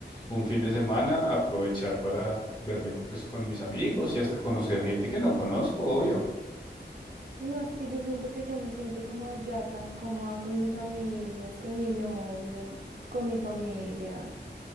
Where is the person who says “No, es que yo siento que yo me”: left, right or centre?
Right